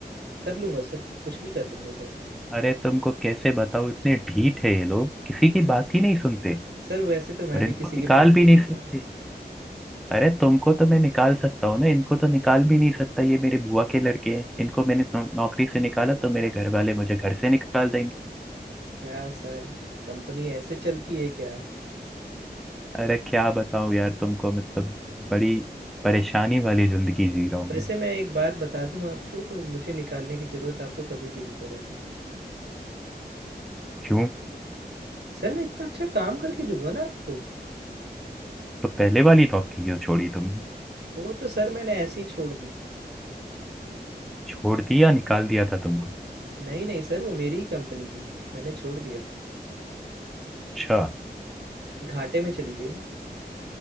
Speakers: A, on the right; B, in the centre.
A: कर लूँगा सर कुछ भी कर लूँगा सर
B: अरे तुमको कैसे बताओ इतने ढीठ है ये लोग किसी की बात ही नहीं सुनते
A: सर वैसे तो मैं
B: और इनको
A: भी किसी
B: निकाल
A: की बात
B: भी
A: नहीं
B: नहीं
A: सुनता
B: सकते
A: हूँ
B: अरे तुमको तो मैं निकाल सकता हूँ ना इनको तो निकाल भी नहीं सकता ये मेरे बुआ के लड़के हैं इनको मैंने नौ, नौकरी से निकाला तो मेरे घर वाले मुझे घर से निकाल देंगे
A: क्या सर कंपनी ऐसे चलती है क्या
B: अरे क्या बताऊँ यार तुमको मतलब बड़ी परेशानी वाली जिंदगी जी रहा हूँ
A: वैसे
B: मैं
A: मैं एक बात बता दूँ आपको तो मुझे निकालने की ज़रूरत आपको कभी भी नहीं पड़ेगी
B: क्यों
A: सर मैं इतना अच्छा काम करके दूंगा ना आपको
B: तो पहले वाली नौकरी क्यों छोड़ी तुमने
A: वो तो सर मैंने ऐसे ही छोड़ दी
B: छोड़ दी या निकाल दिया था तुमको
A: नहीं नहीं सर वो मेरी ही कंपनी थी मैंने छोड़ दिया
B: अच्छा
A: घाटे में चली गई ना